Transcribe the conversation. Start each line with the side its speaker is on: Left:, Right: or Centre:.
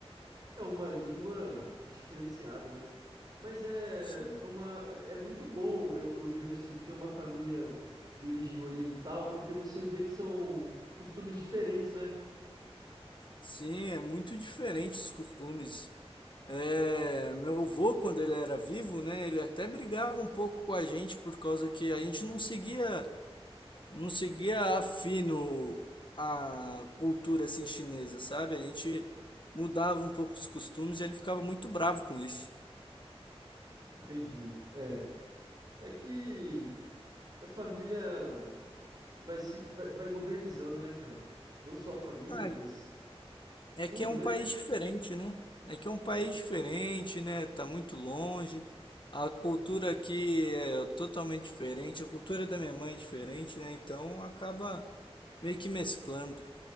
Right: É uma língua diferenciada, né. Mas é
Left: Sim.
Right: é uma é muito bom, eu eu vejo, assim, ter uma família de origem oriental, porque você vê que são costumes diferentes, né.
Left: Sim, é muito diferente os costumes. É, meu avô, quando ele era vivo, né, ele até brigava um pouco com a gente por causa que a gente não seguia, não seguia a fino a cultura assim chinesa, sabe? A gente mudava um pouco os costumes e ele ficava muito bravo com isso.
Right: Entendi. É. É que a família vai se vai vai modernizando, né, cara. Não só a família,
Left: Ah,
Right: mas
Left: é
Right: tudo,
Left: que é um
Right: né.
Left: país diferente, né? É que é um país diferente, né? Tá muito longe. A cultura aqui é totalmente diferente. A cultura da minha mãe é diferente, né? Então acaba meio que mesclando.